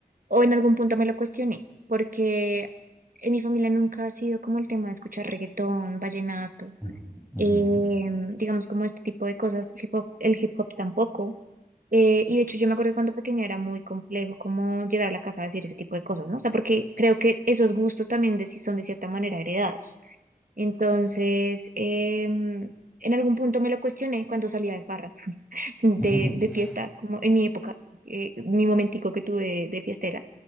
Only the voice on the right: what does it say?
o en algún punto me lo cuestioné, porque en mi familia nunca ha sido como el tema de escuchar reggaetón, vallenato,
eh, digamos como este tipo de cosas, hip hop- el hip hop tampoco. eh, y de hecho yo me acuerdo que cuando pequeña era muy complejo como llegar a la casa a decir ese tipo de cosas, ¿no? O sea, porque creo que esos gustos también de, si son de cierta manera heredados. Entonces, em, en algún punto me lo cuestioné cuando salía de farra, <laughs> de,
de fiesta, como en mi época, eh, mi momentico que tuve de de fiestera.